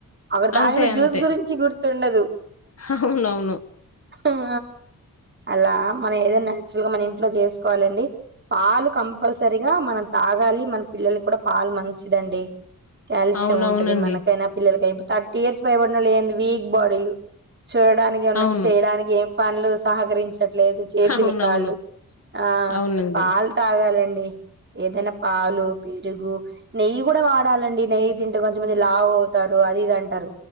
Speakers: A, on the right; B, on the left.
A: అక్కడ తాగిన
B: అంతే
A: జ్యూస్
B: అంతే
A: గురించి గుర్తుండదు.
B: అవునవును
A: ఆ అలా మనం ఏదైనా నాచురల్ గా మన ఇంట్లో చేసుకోవాలండి. పాలు కంపల్సరిగా మనం తాగాలి. మన పిల్లల కూడా పాలు మంచిదండి. కాల్షియం
B: అవునవునండి
A: ఉంటది మనకి పిల్లలకు ఏం థర్టీ ఇయర్స్ భయపడిన ఏంది వీక్ బాడీలు చూడడానికి ఉన్నారు
B: అవును
A: చేయడానికి ఏం పనులు సహకరించట్లేదు చేతులు
B: అవునవును
A: కాళ్ళు ఆ
B: అవునండి
A: పాలు తాగాలన్ ఏదైనా పాలు పెరుగు నెయ్యి గూడా వాడాలండి నెయ్యి తింటే కొంచెమంది లావ అవుతారు అది ఇది అంటారు